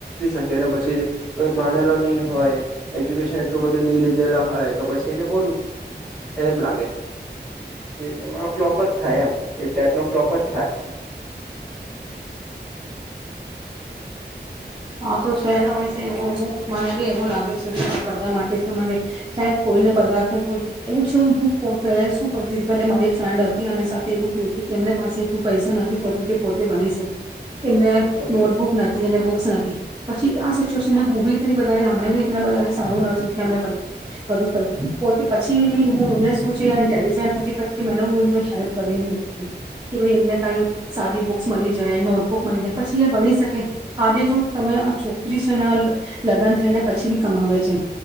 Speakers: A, in the centre; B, on the right (about 25°).
A: પછી કોઈ ભણેલો નહી હોય એજ્યુકેશન એટલું બધું નહી લીધેલા હોય તો પછી એને બ એમ લાગે કે એમાં ફ્લોપ થાય એ એક ટ ફલો થાય.
B: હા તો છે એના વષવ મને બી એવું લાગે છે કે બધા માટે તમારે કોઈને પાર્થને એવું શું શું કરતી પ મારી ફ્રેન્ડ હતી અને સાથે એવું થયું હતું કે એમ પાસે એટલું પૈસા નથી થતો કે પોતે બની શકે એને નોટબુક
A: ઓકે
B: નથી અને બુક ઓકસસાથી <inaudible> પછી આ સિચ્યુએન ને હું બી બ અમે બી એ બધારે સારું નું કે અમે બધું કર પોતે પછી બી હું એમને શું છે ન્ટેલિજન્ટ હતી પછી મે હેલ્પ કરીને મકું કે ભાઈ એમને કઈ સારી મળી જાય નોટ હ મળી બની શકે આજે જો તમે આ છોકરી છેને લગ્ન થઈને પછી બી કમાવે છે